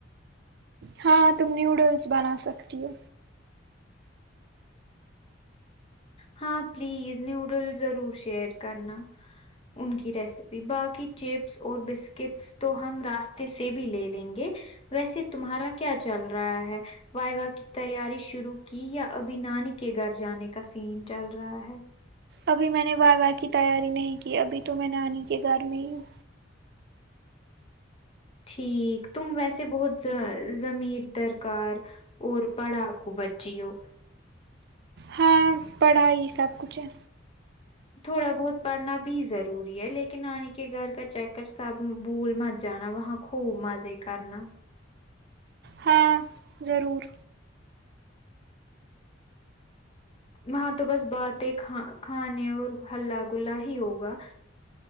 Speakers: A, on the right; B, on the left.
A: ہاں تم نیوڈلس بنا سکتی ہو
B: ہاں پلیز نیوڈل ضرور شیئر کرنا ان کی ریسیپی باقی چپس اور بسکٹس تو ہم راستے سے بھی لے لیں گے ویسے تمہارا کیا چل رہا ہے وائی واہ کی تیاری شروع کی یا ابھی نانی کے گھر جانے کا سین چل رہا ہے
A: ابھی میں نے وائی واہ کی تیاری نہیں کی ابھی تو میں نانی کے گھر میں ہی ہوں
B: ٹھیک تم ویسے بہت ز ضمیر درکار اور پڑا کو بچی ہو
A: ہاں پڑھائی سب کچھ ہے
B: تھوڑا بہت پڑھنا بھی ضروری ہے لیکن نانی کے گھر کا چکر سب بھول مت جانا وہاں خوب مزے کرنا
A: ہاں ضرور
B: ہاں تو بس باتیں کھا کھانے اور ہلہ گلا ہی ہوگا